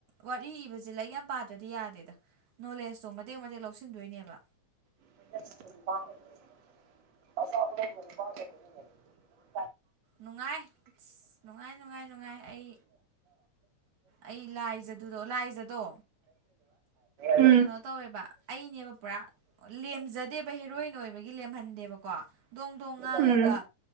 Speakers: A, on the right (about 85°); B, on the right (about 65°).
A: ꯋꯥꯔꯤ ꯏꯕꯁꯦ ꯂꯥꯏꯔꯤꯛ ꯌꯥꯝ ꯄꯥꯗ꯭ꯔꯗꯤ ꯌꯥꯗꯦꯗ ꯅꯣꯂꯦꯖꯇꯣ ꯃꯇꯦꯛ ꯃꯇꯦꯛ ꯂꯧꯁꯤꯟꯗꯣꯏꯅꯦꯕ
B: <inaudible>
A: ꯅꯨꯡꯉꯥꯏ ꯅꯨꯡꯉꯥꯏ ꯅꯨꯡꯉꯥꯏ ꯅꯨꯡꯉꯥꯏ ꯑꯩ ꯑꯩ ꯂꯥꯏꯖꯗꯨꯗꯣ ꯂꯥꯏꯖꯗꯣ
B: ꯎꯝ
A: ꯀꯩꯅꯣ ꯇꯧꯋꯦꯕ ꯑꯩꯅꯦꯕ ꯄꯨꯔꯥ ꯂꯦꯝꯖꯗꯦꯕ ꯍꯦꯔꯣꯏꯟ ꯑꯣꯏꯕꯒꯤ ꯂꯦꯝꯍꯟꯗꯦꯕꯀꯣ ꯗꯣꯡ ꯗꯣꯡ ꯉꯥꯡꯉꯒ
B: ꯎꯝ